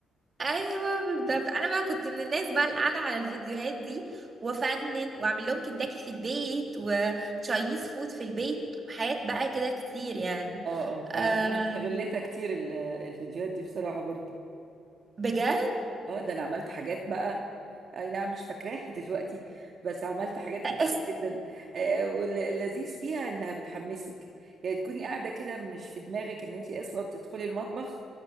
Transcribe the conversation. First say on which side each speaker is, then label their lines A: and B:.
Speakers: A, on the right; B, on the right.
A: ايوه بالظبط انا بقى كنت من الناس بقى اللي قاعده على الفيديوهات دي وافنن واعمل لهم كنتاكي في البيت وتشاينيز فود في البيت حاجات بقى كده كتير يعني
B: اه اه فعلا
A: أم،
B: انا استغلتها كتير ال- الفيديوهات دي بصراحة برضه
A: بجد
B: اه ده انا عملت حاجات بقى اي نعم مش فاكراها <laughs> دلوقتي بس عملت حاجات كتير
A: <laughs> أس-
B: جدا آه، واللذيذ فيها انها بتحمسك يعني تكوني قاعده كده مش في دماغك ان انت اصلا تدخلي المطبخ